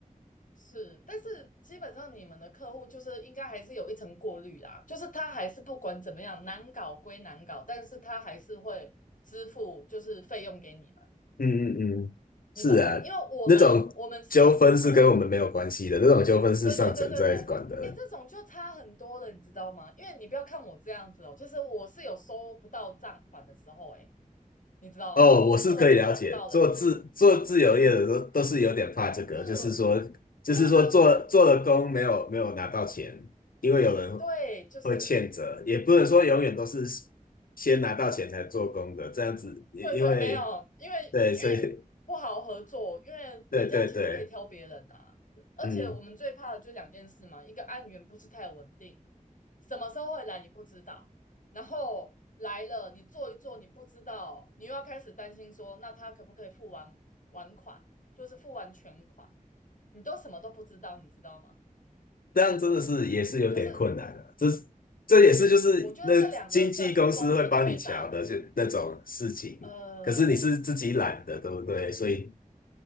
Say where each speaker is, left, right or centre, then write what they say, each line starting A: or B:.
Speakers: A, on the left (about 65°); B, on the left (about 85°).
A: 是，但是基本上你们的客户就是应该还是有一层过滤啦，就是他还是不管怎么样难搞归难搞，但是他还是会支付就是费用给你们，
B: 嗯嗯嗯，
A: 你懂吗？
B: 是啊，
A: 因为我们我们是有遇过，
B: 那种纠纷是跟我们没有关系的，那种纠纷是上层在管的。
A: 对对对对对，哎，这种就差很多了，你知道吗？因为你不要看我这样子哦，就是我是有收不到账款的时候，哎，你知道吗？
B: 哦，我是可以了解，
A: 就是完全找不到人了，
B: 做自做自由业的都都是有点怕这个，
A: 这个
B: 就是说，就是说做做了工没有没有拿到钱，
A: 对对对
B: 因为有人
A: 对，就是
B: 会欠着，也不能说永远都是先拿到钱才做工的，这样子，因因为
A: 对对，没有，因为因为不好合作，
B: 对，所以 <laughs>
A: 因为人家其实可以挑别人啊。
B: 对对对，
A: 而且我们最怕的就两件事嘛，
B: 嗯，
A: 一个案源不是太稳定，什么时候会来你不知道，然后来了你做一做你不知道，你又要开始担心说，那他可不可以付完完款，就是付完全款，你都什么都不知道，你知道吗？
B: 这样真的是也是有点困难的，
A: 就是
B: 这是这也是就是那经纪公司会帮你瞧的，
A: 我觉得这两个算是风险最大的，
B: 就那种事情，
A: 呃，
B: 可是你是自己懒的，对不对？所以。